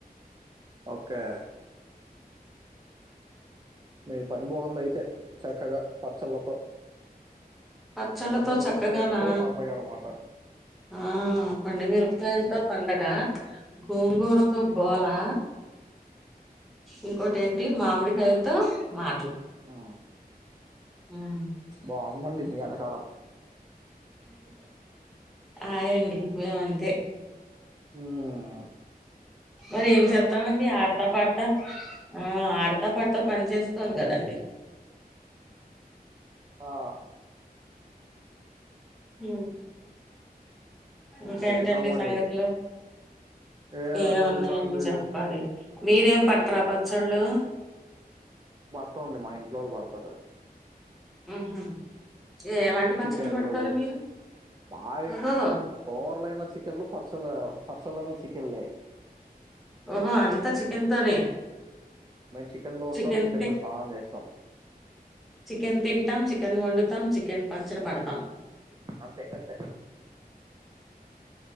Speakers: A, on the right; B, in the centre.
A: ఓకే మీ పని బాగుంది అయితే చక్కగా పచ్చళ్ళతో
B: పచ్చళ్లతో
A: పండు మిరపకాయలతో
B: చక్కగానా
A: పండగ అన్నమాట.
B: ఆ పండు మిరపకాయలతో పండగ గోంగూరతో గోలా ఇంకోటి ఏంటి మామిడికాయలతో మా
A: ఆ
B: ఉమ్
A: బాగుందండి మీ ఎటకారం
B: ఆయండి మేము అంతే
A: ఆ
B: మరి ఏం చెస్తామండి ఆడతా పాడతా ఆ ఆడతా డత పాడతా పని చేసుకోవాలి కదండి
A: ఆ
B: హ ఇంకేంటండి
A: ఇంకేంటో మరి
B: సంగతులు
A: ఏ
B: ఏం ఉన్నాయండి
A: ఉందండి
B: చెప్పాలి మీరేం పట్రా పచ్చళ్ళు
A: పడతామండి మా ఇంట్లో వాళ్ళు పడతారు
B: ఉహు ఎలాంటి పచ్చళ్ళు
A: చికెన్లు
B: పడతారు మీరు
A: మాయు
B: ఓహో
A: కూర్లైన చికెన్లు ప పచ్చళ్ళు పచ్చలైనా చికెన్లే
B: ఓహో అంతా చికెన్ తోనే
A: మేము లో ఉంటాం
B: చికెన్
A: తో స్నానం చేస్తాం
B: చికెన్ తింటాం చికెన్ వండుతా చి చికెన్ పచ్చడి పడతాం <inaudible>
A: అంతే అంతే